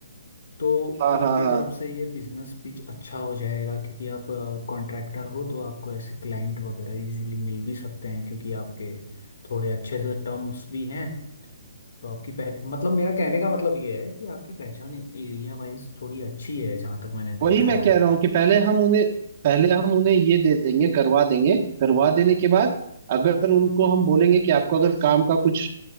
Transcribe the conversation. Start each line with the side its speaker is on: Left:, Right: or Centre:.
Left: तो
Right: हाँ
Left: उनकी
Right: हाँ
Left: तरफ
Right: हाँ
Left: से ये बिजनेस पिच अच्छा हो जाएगा क्योंकि आप कॉन्ट्रैक्टर हो तो आपको ऐसे क्लाइंट वगैरह इजीली मिल भी सकते हैं क्योंकि आपके थोड़े अच्छे से टर्म्स भी हैं तो आपकी पह मतलब मेरा कहने का मतलब ये है कि आपकी पहचान एरिया वाइज थोड़ी अच्छी है जहाँ तक मैंने देखा
Right: वही मैं
Left: है
Right: कह रहा हूँ कि पहले हम उन्हें पहले हम उन्हें ये दे देंगे करवा देंगे करवा देने के बाद अगर उनको हम बोलेंगे कि आपको अगर काम का कुछ